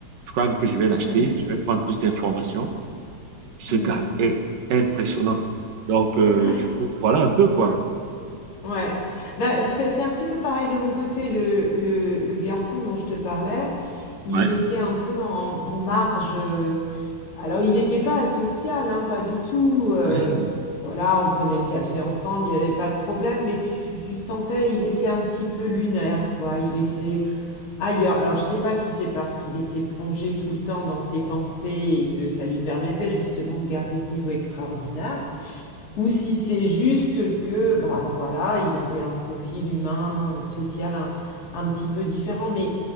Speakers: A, on the right; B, on the left.
A: Je crois même que je vais l'acheter.
B: Hmm,
A: Je vais prendre plus d'informations. Ce
B: hmm.
A: gars est impressionnant. Donc, euh,
B: Ah,
A: du coup, voilà un peu quoi.
B: Ouais, bah, c'est c'est un petit peu pareil de mon côté. Le, le- le garçon dont je te parlais, il
A: Ouais.
B: était un peu en, en marge. euh, Alors, il n'était pas asocial, hein, pas du tout. euh,
A: Ouais,
B: Voilà, on prenait le café ensemble, il n'y avait pas de problème, mais tu, tu sentais, il était un petit peu lunaire, quoi. Il était ailleurs. Alors, je ne sais pas si c'est parce qu'il était plongé tout le temps dans ses pensées et que ça lui permettait justement de garder ce niveau extraordinaire. Ou si c'est juste que, bah voilà, il avait un profil humain, social un, un petit peu différent, mais